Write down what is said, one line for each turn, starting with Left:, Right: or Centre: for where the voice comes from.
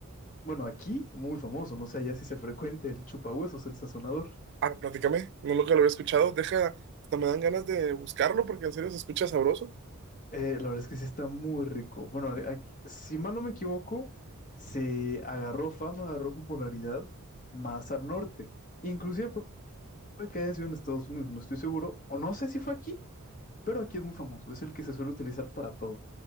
Left: Bueno, aquí muy famoso, no sé allá si se frecuente el chupahuesos, el sazonador.
Right: Ah, platícame, no lo que lo había escuchado. Deja, hasta me dan ganas de buscarlo porque en serio se escucha sabroso.
Left: Eh, la verdad es que sí está muy rico. Bueno, a- a- si mal no me equivoco, se agarró fama, agarró popularidad más al norte. Inclusive pu- puede que haya sido en Estados Unidos, no estoy seguro, o no sé si fue aquí, pero aquí es muy famoso. Es el que se suele utilizar para todo,